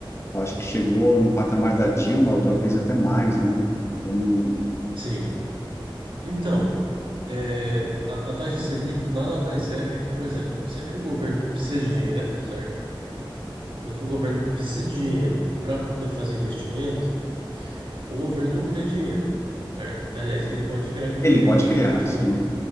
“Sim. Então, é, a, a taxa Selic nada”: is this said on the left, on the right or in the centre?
Right